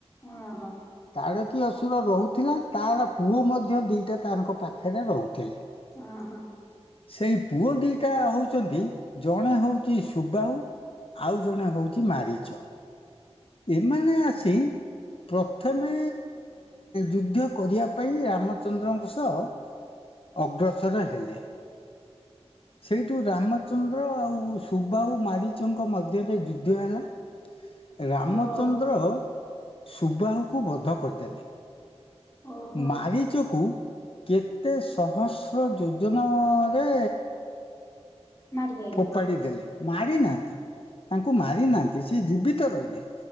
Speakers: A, on the left; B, on the left.
A: ଅହଁ।
B: ତାଡକୀ ଅସୁର ରହୁଥିଲା ତାର ପୁଅ ମଧ୍ୟ ଦିଇଟା ତାଙ୍କ ପାଖରେ ରହୁଥିଲେ।
A: ଓହଁ।
B: ସେଇ ପୁଅ ଦିଇଟା ହୋଉଚନ୍ତି ଜଣେ ହୋଉଚି ସୁବାହୁ। ଆଉ ଜଣେ ହୋଉଚି ମାରିଚ। ଏମାନେ ଆସି ପ୍ରଥମେ ଯୁଦ୍ଧ କରିବା ପାଇଁ ରାମଚନ୍ଦ୍ରଙ୍କ ସହ ଅଗ୍ରସର ହେଲେ। ସେଇଠୁ ରାମଚନ୍ଦ୍ର ଆଉ ସୁବାହୁ ମାରିଚଙ୍କ ମଧ୍ୟରେ ଯୁଦ୍ଧ୍ୟ ହେଲା। ରାମଚନ୍ଦ୍ର
A: ଓହୋ ଓହୋ ଓହୋ।
B: ସୁବାହକୁ ବଧ କରିଦେଲେ।
A: ଓହୋ ଓହୋ।
B: ମାରିଚକୁ କେତେ ଶହସ୍ର ଯୋଜନାରେ
A: ମାରି ପାଇଲେନି
B: ଫୋପାଡି ଦେଲେ ମାରି ନାହାନ୍ତି। ତାଙ୍କୁ ମାରି ନାହାନ୍ତି ସିଏ ଜୀବିତ ରହିଲେ